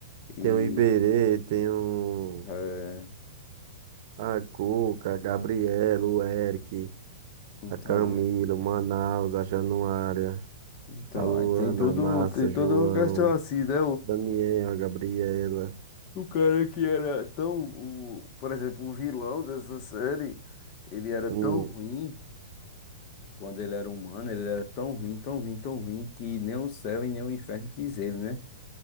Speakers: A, on the left; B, on the right.
A: E,
B: tem o Iberê, tem o...
A: é,
B: a Cuca, a Gabriela, o Eric,
A: então,
B: a Camila,
A: é-
B: o Manaus, a Januária,
A: então,
B: a Luana,
A: aí tem tudo,
B: a Márcia,
A: tem
B: João,
A: toda uma questão assim, né?
B: Daniel, a Gabriela.
A: O cara que era tão, o, por exemplo, o vilão dessa série, ele era
B: Hum,
A: tão ruim, quando ele era humano, ele era tão ruim, tão ruim, tão ruim, que nem o céu e nem o inferno quis ele, né?